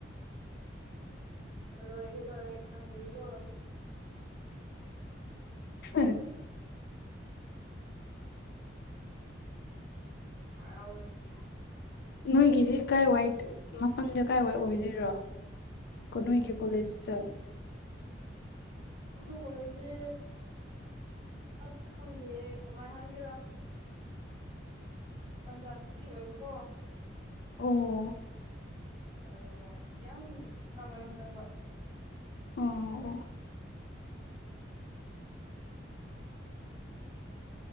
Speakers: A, on the right; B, on the left.
A: ꯑ ꯂꯣꯏꯒꯦ ꯇꯧꯔꯦ ꯏ ꯈꯥꯟ ꯍꯤꯒꯣ
B: ꯎ
A: ꯍꯔꯥꯎꯕꯁꯤꯅ
B: ꯅꯣꯏꯒꯤꯁꯦ ꯀꯥꯏ ꯋꯥꯏ ꯃꯐꯝꯁ ꯀꯥꯏꯋꯥꯏ ꯑꯣꯏꯗꯣꯏꯔꯣ ꯀꯣ ꯏ ꯀꯦ ꯀꯣꯂꯦꯖꯇ
A: ꯎꯝ ꯑꯩꯣ ꯀꯂꯁ ꯑꯁ ꯈꯪꯗꯦꯌꯦ ꯀꯃꯥꯏꯅ ꯍꯥꯏꯁꯤꯔ ꯄꯟꯖꯥꯕꯇꯗꯤ ꯑꯣꯏꯕꯀꯣ
B: ꯑꯣ
A: ꯑꯗꯨꯒ ꯌꯥꯝ ꯈꯔ ꯃꯅꯨꯡ ꯆꯪꯕ
B: ꯑꯣ ꯑꯣ